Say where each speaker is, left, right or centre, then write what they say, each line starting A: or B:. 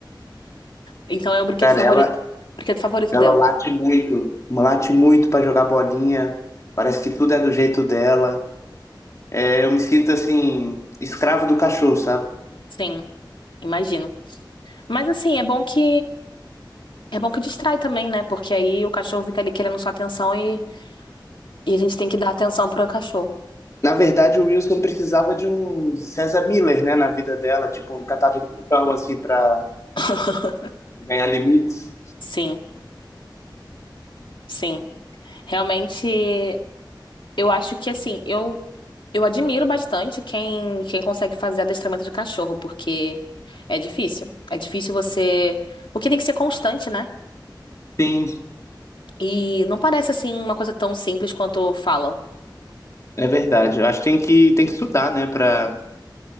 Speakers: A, on the left (about 85°); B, on the left (about 40°).
A: Então é o brinquedo
B: Cara,
A: favorito,
B: ela,
A: brinquedo favorito
B: ela
A: dela.
B: late muito, late muito pra jogar bolinha. Parece que tudo é do jeito dela. É, Eu me sinto assim, escravo do cachorro, sabe?
A: Sim, imagino. Mas assim, é bom que é bom que distrai também, né? Porque aí o cachorro fica ali querendo sua atenção e, e a gente tem que dar atenção pro cachorro.
B: Na verdade, o Wilson precisava de um César Miller, né, na vida dela, tipo um catador de pau, assim, pra
A: <laughs>
B: ganhar limites.
A: Sim, sim. Realmente, eu acho que assim, eu Eu admiro bastante quem, quem consegue fazer adestramento de cachorro, porque é difícil. É difícil você. Porque tem que ser constante, né?
B: Sim,
A: E não parece assim uma coisa tão simples quanto falam
B: é verdade. Eu acho que tem que, tem que estudar, né, pra